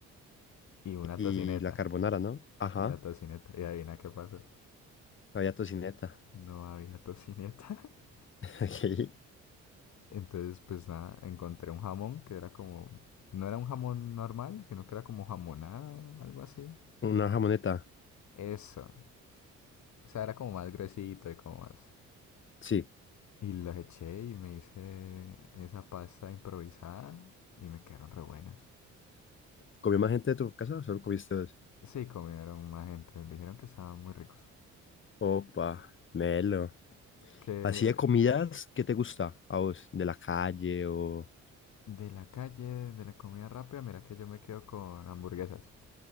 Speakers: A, on the left; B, on the left.
A: y una
B: Y
A: tocineta.
B: la carbonara, ¿no? Ajá.
A: Y la tocineta, y adivina qué pasó.
B: Había tocineta.
A: No había tocineta. <laughs>
B: <laughs> Ok.
A: Entonces, pues nada, encontré un jamón que era como... No era un jamón normal, sino que era como jamonada, algo así.
B: Una jamoneta.
A: Eso, O sea, era como más gruesito y como más.
B: Sí.
A: Y los eché y me hice esa pasta improvisada y me quedaron re buenos.
B: ¿Comió más gente de tu casa o solo comiste dos?
A: Sí, comieron más gente, dijeron que estaban muy ricos.
B: Opa, melo.
A: Que
B: Así de comidas, ¿qué te gusta a vos? ¿De la calle o
A: de la calle, de la comida rápida, mira que yo me quedo con hamburguesas,